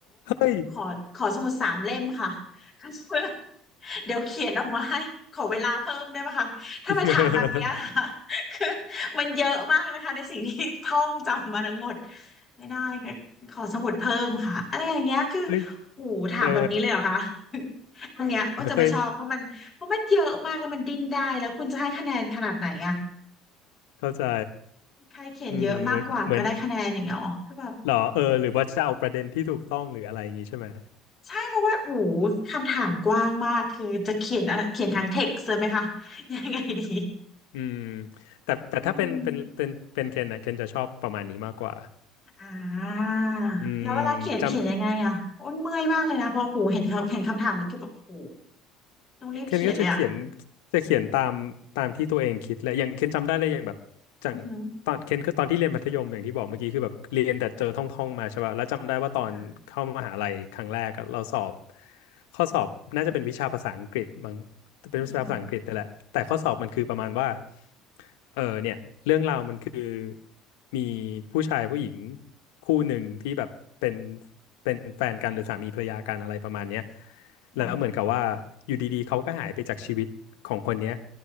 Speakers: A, on the left; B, on the left.
A: เฮ้ย
B: ขอขอสมุดสามเล่มค่ะ <laughs> เดี๋ยวเขียนออกมาให้ขอเวลาเพิ่มได้ไหมคะถ้ามาถามแบบเนี้ยค่ะ
A: <laughs>
B: <laughs> คือมันเยอะมากนะคะในสิ่งที่ท่องจำมาทั้งหมดไม่ได้ค่ะขอสมุดเพิ่มค่ะอะไรอย่างเงี้ยคือ
A: เฮ้ย
B: โหูถามแบบนี้เลยเหรอคะ
A: เออ
B: อันเนี้ยก็จะไม่ชอบเพราะมัน
A: เฮ้ย
B: เพราะมันเยอะมากแล้วมันดิ้นได้แล้วคุณจะให้คะแนนขนาดไหนอะ
A: เข้าใจ
B: ใครเขียนเยอะมากกว่าก็ได้คะแนนอย่างเงี้ยหรอคือแบบ
A: อืมเหมือนเหมือน หรอเออหรือว่าจะเอาประเด็นที่ถูกต้องหรืออะไรอย่างงี้ใช่ไหม
B: ใช่เพราะว่าโอ้โหคำถามกว้างมากคือจะเขียนอะไรเขียนทางเท็กซ์เลยไหมคะยังไงดี
A: อืมแต่แต่ถ้าเป็นเป็นเป็นเป็นเคนนะเคนจะชอบประมาณนี้มากกว่า
B: อืมอ่า
A: อืมจำ
B: แล้วเวลาเขียนเขียนยังไงอะอ้นเมื่อยมากเลยนะเพอหูเห็นเขาเห็นคำถามนี้คือแบบโอ้โหต้องรีบเขียนเลยอะ
A: เคนก็จะเขียนจะเขียนตามตามที่ตัวเองคิดแหละอย่างเคนจำได้เลยอย่างแบบจังตอนเคนคือตอนที่เรียนมัธยมอย่างที่บอกเมื่อกี้คือแบบเรียนแต่เจอท่องท่องมาใช่ป่ะแล้วจำได้ว่าตอนเข้ามหาลัยครั้งแรกอะเราสอบ
B: อือหือค่ะ
A: ข้อสอบน่าจะเป็นวิชาภาษาอังกฤษมั้งเป็นวิชาภาษาอังกฤษนี่แหละแต่ข้อสอบมันคือประมาณว่า
B: อือหือ
A: เออเนี่ยเรื่องราวมันคือมีผู้ชายผู้หญิงคู่หนึ่งที่แบบเป็นเป็นแฟนกันหรือสามีภรรยากันอะไรประมาณเนี้ย แล้วเหมือนกับว่าอยู่ดีๆเขาก็หายไปจากชีวิตของคนเนี้ย
B: ค่ะ